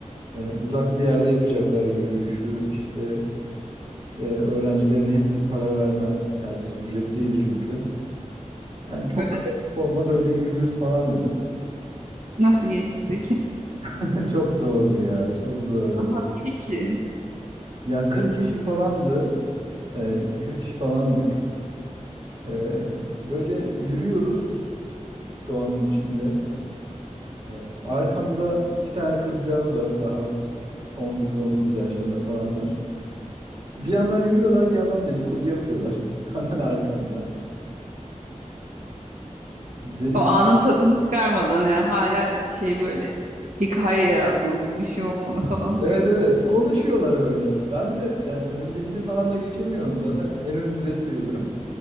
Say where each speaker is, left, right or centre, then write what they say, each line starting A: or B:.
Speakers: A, on the right; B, on the right.
A: e, uzak bir yerde yapacaklar yürüyüşü. İşte e, öğrencilerin hepsi para vermez. Servis ücretliydi çünkü. Yani çok
B: Evet.
A: kalabalık olmaz öyle yürürüz falan dedim.
B: Nasıl geçti peki?
A: <laughs> Çok zordu ya çok zordu.
B: Aha iyi ki.
A: Ya 40 kişi falandı. E, 40 kişi falandık. E, böyle yürüyoruz doğanın içinde. E, arkamda iki tane kızcağız var daha 18-19 yaşlarında falanlar. Bir yandan yürüyorlar, bir yandan dedikodu yapıyorlar. <laughs> Hemen arkamda. Benim
B: O anın tadını çıkarmadan yani hala şey böyle hikaye yaratmalıyız bir şey olmalı falan
A: evet
B: diye.
A: evet konuşuyorlar öyle. Ben de yani önümdekini falan da geçemiyorum. Zaten en önünde sayılırım.